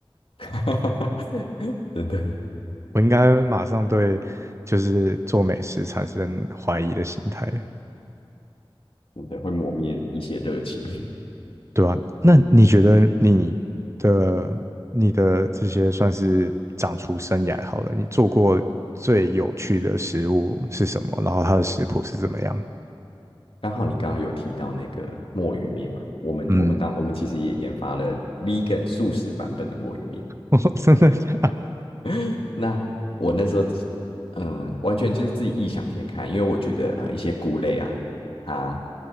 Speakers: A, on the left; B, on the right.
A: <laughs> 真的
B: 我应该马上对就是做美食产生怀疑的心态了，
A: 真的会磨灭一些热情。
B: 对吧？那你觉得你的你的这些算是掌厨生涯好了，你做过最有趣的食物是什么？然后它的食谱是怎么样？
A: 刚好你刚刚有提到那个墨鱼面嘛，我们我们当我们其实也研发了
B: 嗯，
A: vegan 素食版本的墨鱼面。
B: <laughs> 我真的假的？
A: <laughs> 那我那时候，嗯、完全就是自己异想天开，因为我觉得呃一些菇类啊，它